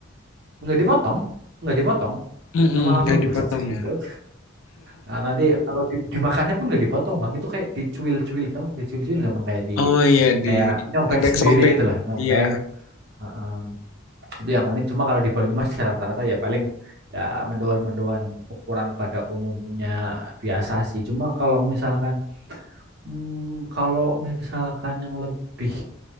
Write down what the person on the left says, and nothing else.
Mm-mm,
dipotong
ya.
Oh iya di
sobek-sobek.
Iya,